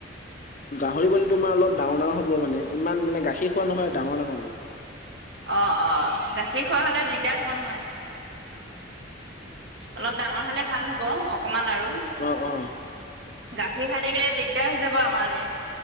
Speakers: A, on the left; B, on the right.
A: গাহৰি পোৱালি তোমাৰ অলপ ডাঙৰ ডাঙৰ হব মানে ইমান মানে গাখীৰ খোৱা নহয় ডাঙৰ ডাঙৰ <unintelligible>
B: অ', অ', গাখীৰ খোৱা হ'লে দিগদাৰ হ'ব নহয়। অলপ ডাঙৰ হ'লে ভাল হ'ব অকণমান আৰু।
A: অ, অ।
B: গাখীৰ খাই থাকিলে দিগদাৰ হৈ যাব আমাৰে।